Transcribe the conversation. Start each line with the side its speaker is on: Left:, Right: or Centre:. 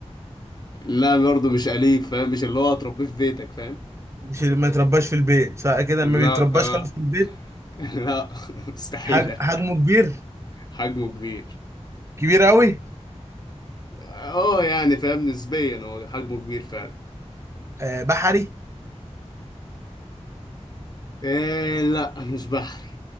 Left: لا برضه مش أليف فاهم مش اللي هو هتربيه في بيتك فاهم
Right: مش ما يترباش في البيت سواء كده
Left: لا
Right: ما بيترباش
Left: آه.
Right: خالص في البيت
Left: <laughs> لا <laughs> مستحيلة
Right: حج... حجمه كبير
Left: حجمه كبير
Right: كبير قوي
Left: اه يعني فاهم نسبيا هو حجمه كبير فعلا
Right: آه بحري
Left: إيه لا مش بحري